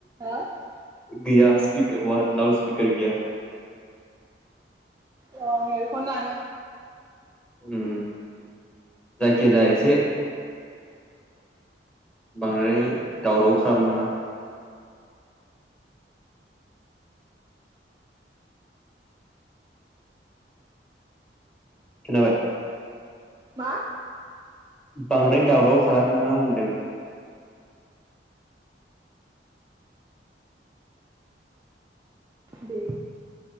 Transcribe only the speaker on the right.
र'
रं आं एयारफन लानो
मा?
दे।